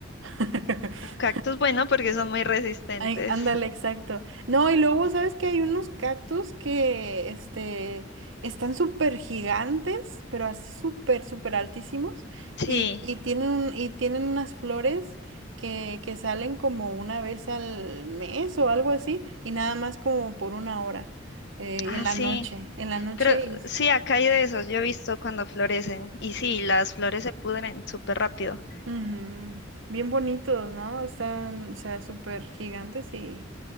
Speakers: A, on the right; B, on the left.
A: <laughs>
B: Un cactus, bueno, porque son muy resistentes.
A: Ay, ándale, exacto. No, y luego, ¿sabes que Hay unos cactus que, este, están súper gigantes, pero así súper, súper altísimos,
B: Sí,
A: y, y tienen, un- y tienen unas flores que, que salen como una vez al mes o algo así, y nada más como por una hora, eh,
B: ah,
A: en la
B: sí.
A: noche, en la noche,
B: Creo,
A: y
B: sí, acá hay de esos. Yo he visto cuando florecen. Y sí, las flores se pudren súper rápido.
A: Ujú. Bien bonitos, ¿no? Están, o sea, súper gigantes y